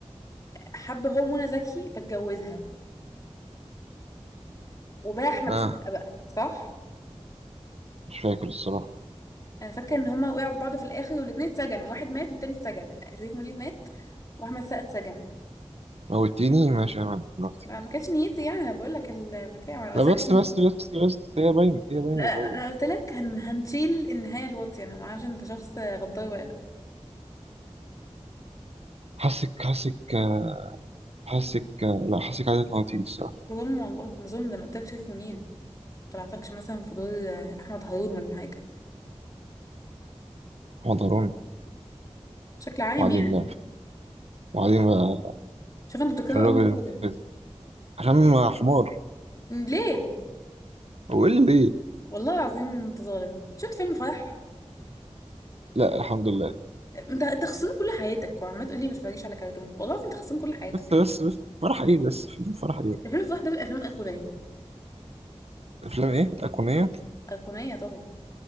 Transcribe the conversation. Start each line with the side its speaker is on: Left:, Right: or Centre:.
Left: حب هو منى زكي فاتجوزها وباع احمد
Right: لأ؟
Left: السقا
Right: آه
Left: بقى صح
Right: مش فاكر الصراحة
Left: انا فاكره ان هما وقعوا في بعض في الاخر والاتنين اتسجنوا واحد مات والتاني اتسجن شريف منير مات واحمد السقا اتسجن
Right: موتيني ماشي يا مان دلوقتي
Left: ما ما كانتش نيتي يعني انا بقول لك البتاع ما انا قلت
Right: لا بس
Left: لك
Right: بس بس بس هي باينة هي باينة
Left: لا،
Right: من الأول
Left: انا قلت لك هن... هنشيل النهايه الواطيه انا ما اعرفش انت شخص غدار ولا لا
Right: حاسك حاسك آه، حاسك آه، لا حاسك عايزة تموتيني الصراحة
Left: ده ظلم والله ده ظلم ده انا قلت لك شريف منير ما طلعتكش مثلا في دور احمد هارون ولا حاجه
Right: حضروني
Left: بشكل عام
Right: وبعدين
Left: يعني
Right: بقى وبعدين بقى
Left: شوف انت بتكرهه
Right: في الراجل
Left: قوي ليه
Right: المستفز
Left: كده
Right: ده. عشان حمار
Left: ليه
Right: هو إيه اللي
Left: والله العظيم انت ظالم شفت فيلم فرح
Right: لا الحمد لله
Left: انت انت خسران كل حياتك وعمال تقول لي ما تتفرجيش على كرتون والله العظيم انت خسران كل حياتك
Right: بس بس بس فرح ايه بس فيلم فرح ايه
Left: ده فيلم فرح ده من الافلام الايقونيه
Right: افلام ايه ايقونيه
Left: ايقونيه طبعا